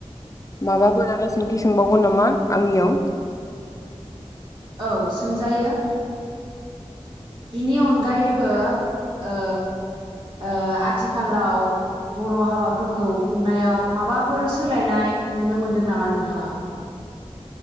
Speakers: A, on the left; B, on the right.
A: माबाफोर आरो सोंथि सोंबावगोन नामा आंनियाव?
B: औ सोंजायो। बिनि अनगायैबो ओ ओ आथिखालाव बर' हाबाफोरखौ खुंनायाव माबाफोर सोलायनाय नुनो मोनदों नामा नोंथाङा?